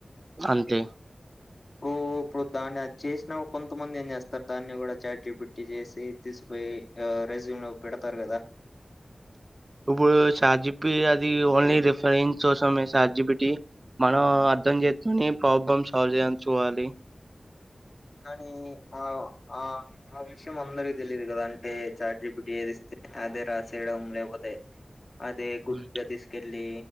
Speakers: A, on the right; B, on the left.
A: అంతే
B: ఓ ఉప్పుడు దాన్ని అది చేసినా కొంతమంది ఏం చేస్తారు దాన్ని కూడా చాట్ జిపిటి చేసి తీసిపోయి అ రెజ్యూమ్ లో పెడతారు కదా
A: ఇప్పుడు సార్ జిప్పి అది ఓన్లీ రిఫరెన్స్ కోసమే చాట్ జి పి టి మనం అర్ధం చేసుకొని ప్రాబ్లమ్ సాల్వ్ చేయం చూడాలి
B: కానీ ఆ ఆ ఆ విషయం అందరికి తెలియదు కదా అంటే చాట్ జి పి టి ఏది ఇస్తే అదే రాసేయడం లేకపోతే అదే గుడ్డగా
A: ఉమ్.
B: తీసుకెళ్ళి